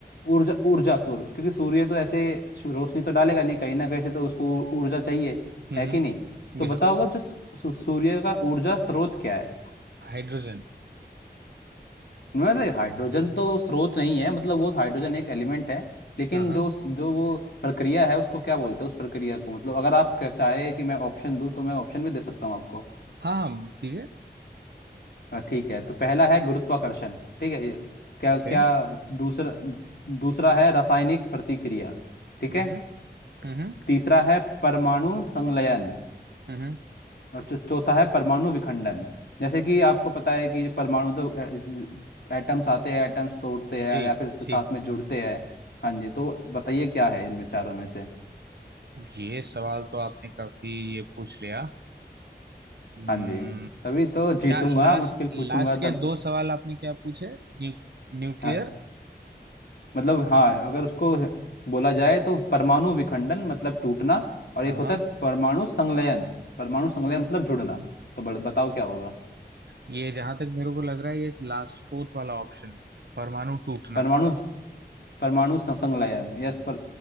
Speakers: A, on the left; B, on the right.
A: ऊर्जा ऊर्जा सूर्य क्योंकि सूर्य तो ऐसे शु- रोशनी तो डालेगा नहीं कहीं ना कहीं से तो उसको ऊर्जा चाहिए
B: हम्म
A: है
B: हम्म
A: कि नहीं तो
B: बिल्कुल
A: बताओ वो जो सू- सू- सूर्य का ऊर्जा स्रोत क्या है
B: हाइड्रोजन
A: मतलब हाइड्रोजन तो स्रोत नहीं है मतलब वो हाइड्रोजन एक एलिमेंट है लेकिन
B: हाँ हाँ
A: जो उस- जो वो प्रक्रिया है उसको क्या बोलते हैं उस प्रक्रिया को मतलब अगर आप क- चाहे कि मैं ऑप्शन दूं तो मैं ऑप्शन भी दे सकता हूं आपको
B: हाँ हाँ दीजिए
A: हाँ, ठीक है तो पहला है गुरुत्वाकर्षण ठीक है ये- क्या
B: ओके
A: क्या दूसरा दूसरा है रासायनिक प्रतिक्रिया ठीक
B: हम्म
A: है
B: हम्म
A: तीसरा है परमाणु संलयन
B: हम्म
A: और जो चौथा है परमाणु विखंडन जैसे कि आपको पता है कि परमाणु तो एटम्स आते हैं एटम्स तोड़ते हैं
B: जी
A: या फिर साथ
B: जी
A: में जुड़ते हैं हाँ जी तो बताइए क्या है इनमें चारों में से
B: ये सवाल तो आपने काफी ये पूछ लिया हम्म,
A: हाँ जी तभी तो जीतूंगा
B: क्या लास्ट
A: मुश्किल
B: लास्ट
A: पूछूंगा
B: के
A: तब
B: दो सवाल आपने क्या पूछे New nuclear
A: हाँ मतलब हाँ अगर उसको बोला जाए तो परमाणु विखंडन मतलब टूटना और
B: हाँ
A: एक
B: हाँ
A: होता है परमाणु संलयन परमाणु संलयन मतलब जुड़ना तो बड़- बताओ क्या होगा
B: ये जहां तक मेरे को लग रहा है ये लास्ट फोर्थ वाला ऑप्शन परमाणु टूटना
A: परमाणु परमाणु सं- संलयन यस पर